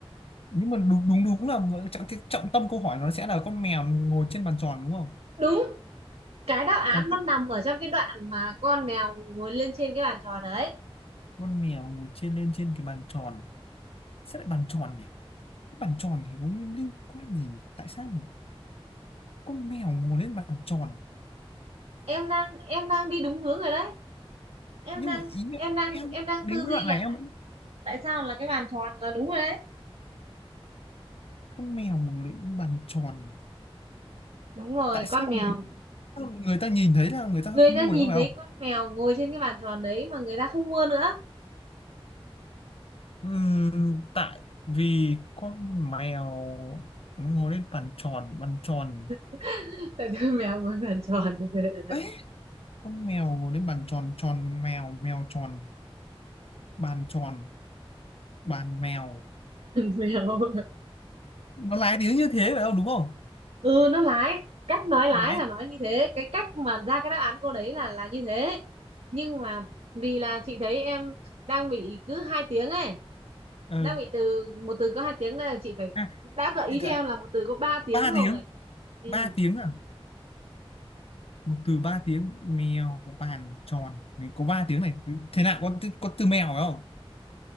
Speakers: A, on the left; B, on the right.
A: nhưng mà đúng đúng đúng là vợ- trọng- cái trọng tâm câu hỏi nó sẽ là con mèo ngồi trên bàn tròn đúng không
B: Đúng, cái đáp án
A: còn
B: nó nằm ở trong cái đoạn mà con mèo ngồi lên trên cái bàn tròn đấy.
A: con mèo ngồi trên lên trên cái bàn tròn sẽ lại bàn tròn nhỉ Cái bàn tròn thì có liên quan gì nhỉ? tại sao nhỉ? con mèo ngồi lên bàn tròn
B: Em đang em đang đi đúng hướng rồi đấy. Em
A: nhưng
B: đang
A: mà ý là
B: em đang
A: em
B: em đang
A: đến
B: tư
A: cái
B: duy
A: đoạn
B: là
A: này em
B: tại
A: vẫn
B: tại sao là cái bàn tròn là đúng rồi đấy.
A: con mèo ngồi lên bàn tròn
B: Đúng rồi,
A: tại sao
B: con mèo.
A: người sao người ta nhìn thấy là người ta
B: người
A: không
B: ta
A: mua
B: nhìn
A: nữa phải
B: thấy
A: không
B: con mèo ngồi trên cái bàn tròn đấy mà người ta không mua nữa
A: Ừm, tại vì con mèo ngồi lên bàn tròn bàn tròn
B: <laughs> tại vì mèo ngồi bàn tròn <laughs>
A: ấy con mèo ngồi lên bàn tròn tròn mèo mèo tròn bàn tròn bàn mèo
B: mèo
A: nó lái tiếng như thế phải không đúng không
B: ừ nó lái cách nói lái
A: lái
B: là nói như thế cái cách mà ra cái đáp án cô đấy là là như thế nhưng mà vì là chị thấy em đang bị cứ hai tiếng ấy
A: ừ
B: đang bị từ một từ có hai tiếng đây là chị phải
A: à,
B: đã gợi
A: thì
B: ý
A: đã-
B: cho em là một từ có ba tiếng
A: ba
B: rồi
A: tiếng
B: ừ
A: ba tiếng à một từ ba tiếng mèo bàn tròn Này, có ba tiếng này thế nào có từ- có từ mèo phải không